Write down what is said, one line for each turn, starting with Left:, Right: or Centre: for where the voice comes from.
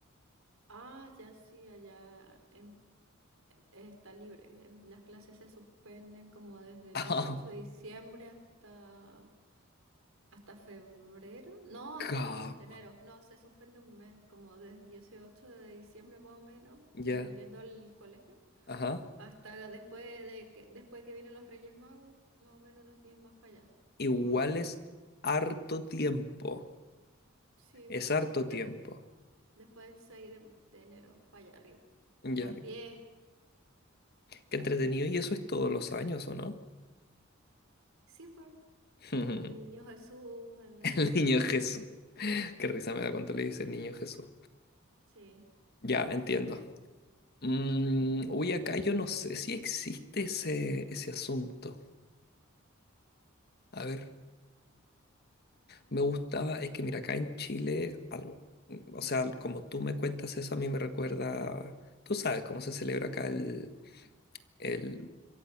Right: Ah, ya sí, allá em- está libre. em, Las clases se suspenden como desde el
Left: <laughs>
Right: 18 de diciembre hasta, hasta febrero. No, hasta
Left: Ah, ca-
Right: enero, hasta enero. No, se suspende un mes, como desde 18 de diciembre más o menos,
Left: ya.
Right: dependiendo del colegio.
Left: Ajá.
Right: Hasta después de que, después que vienen los Reyes Magos, más o menos unos días más para allá.
Left: Igual
Right: Como hasta,
Left: es harto tiempo.
Right: sí,
Left: Es
Right: como
Left: harto
Right: después,
Left: tiempo.
Right: después del 6 de, de enero, para allá arriba.
Left: Ya,
Right: Como el diez
Left: qué entretenido. ¿Y eso es todos los años, o no?
Right: Sí, pues.
Left: <laughs>
Right: El Niño Jesús, el Año
Left: El
Right: Nuevo,
Left: niño Jesús.
Right: todo.
Left: Qué risa me da cuando le dice niño Jesús.
Right: Sí.
Left: Ya, entiendo. Mm, uy, acá yo no sé si existe ese, ese asunto. A ver, me gustaba, es que mira, acá en Chile, algo, o sea, como tú me cuentas eso, a mí me recuerda, tú sabes cómo se celebra acá el, el,